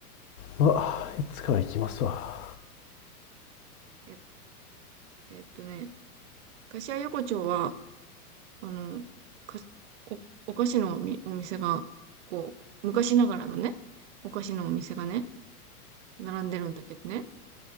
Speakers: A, on the left; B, on the right.
A: まあいつかは行きますわ
B: え、えっとね、柏横丁は、あの、か、お、お菓子のおみ、お店が、こう、昔ながらのね、お菓子のお店がね、並んでるんだけどね。